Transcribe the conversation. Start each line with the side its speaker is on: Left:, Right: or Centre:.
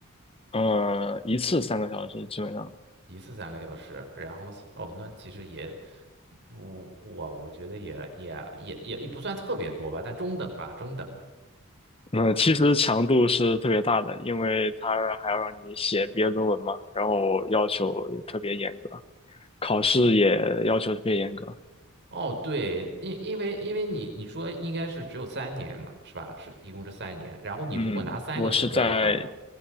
Left: 嗯，一次三个小时，基本上。
Right: 一次三个小时。然后是哦，那其实也，我我我觉得也也也也也不算特别多吧，但中等吧，中等。
Left: 嗯，其实强度是特别大的，因为他还要让你写毕业论文嘛，然后要求也特别严格，考试也要求特别严格。
Right: 哦，对，因因为因为你你说应该是只有三年嘛，是吧？是一共是三年。然后你如果拿三个学位的话，
Left: 嗯，我是在